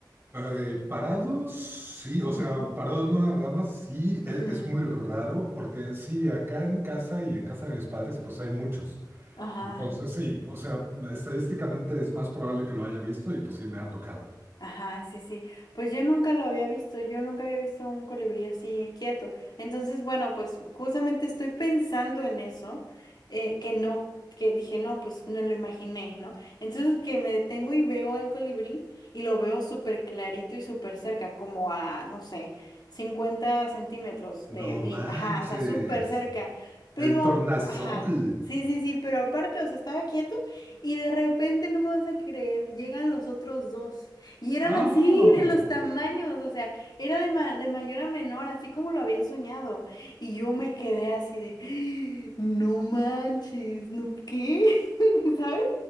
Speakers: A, on the right; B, on the left.
A: Eh, parados, sí. O
B: Ujú.
A: sea, parados en ramas, ramas, sí. e-
B: Ujú.
A: Es, muy raro porque sí, acá en casa y en casa de mis padres, pues hay muchos.
B: Ajá.
A: Entonces sí, o sea, estadísticamente es más probable que lo haya visto y pues sí me ha tocado.
B: Ajá, sí, sí. Pues yo nunca lo había visto, yo nunca había visto un colibrí así quieto. Entonces, bueno, pues justamente estoy pensando en eso, eh, que no, que dije, no, pues me lo imaginé, ¿no? Entonces que me detengo y veo al colibrí y lo veo súper clarito y súper cerca, como a, no sé, 50 centímetros de
A: No
B: mí,
A: manches.
B: ajá, o sea, súper cerca. Pero,
A: El tornasol.
B: ajá, sí, sí, sí, pero aparte, o sea, estaba quieto y de repente, no me vas a creer, llegan los otros dos. Y eran
A: Ah,
B: así de los tamaños, o sea, era de, ma- de mayor a menor, así como lo había soñado. Y yo me quedé así de, <gasps> no manches, no, ¿qué? <laughs> ¿Sabes?